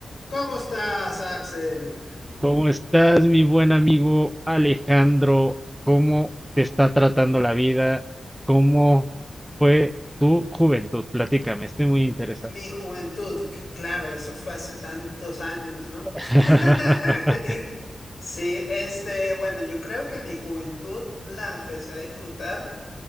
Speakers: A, on the left; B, in the centre.
A: ¿Cómo estás, Axel?
B: ¿Cómo estás, mi buen amigo Alejandro? ¿Cómo te está tratando la vida? ¿Cómo fue tu juventud? Platícame, estoy muy interesado.
A: Mi juventud, c- claro, eso fue hace tantos años, ¿no?
B: <laughs>
A: <laughs> Sí, este, bueno, yo creo que mi juventud la empecé a disfrutar